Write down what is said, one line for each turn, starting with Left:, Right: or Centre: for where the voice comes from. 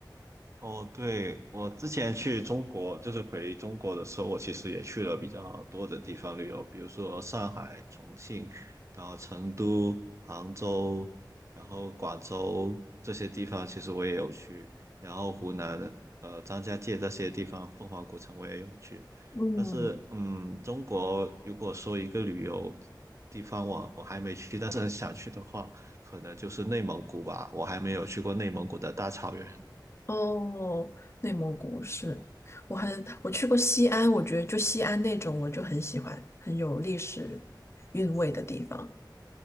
Right: 哦，对，我之前去中国，就是回中国的时候，我其实也去了比较多的地方旅游，比如说上海、重庆，然后成都、杭州，然后广州这些地方，其实我也有去，然后湖南的呃张家界这些地方，凤凰古城我也有去。
Left: 嗯，
Right: 但是，嗯，中国如果说一个旅游地方我我还没去，但是很想去的话，可能就是内蒙古吧，我还没有去过内蒙古的大草原。
Left: 哦，内蒙古是，我很我去过西安，我觉得就西安那种我就很喜欢，很有历史韵味的地方。